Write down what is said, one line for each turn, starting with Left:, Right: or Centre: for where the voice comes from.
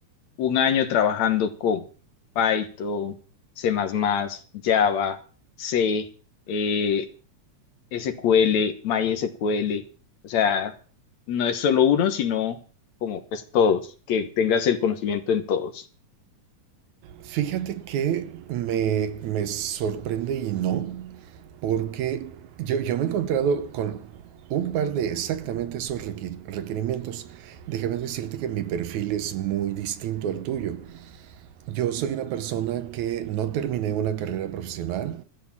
Left: un año trabajando con Python, C++, Java, C, eh, SQL, MySQL, o sea, no es solo uno, sino como pues todos, que tengas el conocimiento en todos.
Right: Fíjate que me, me sorprende y no, porque yo, yo me he encontrado con un par de exactamente esos requi- requerimientos. Déjame decirte que mi perfil es muy distinto al tuyo. Yo soy una persona que no terminé una carrera profesional.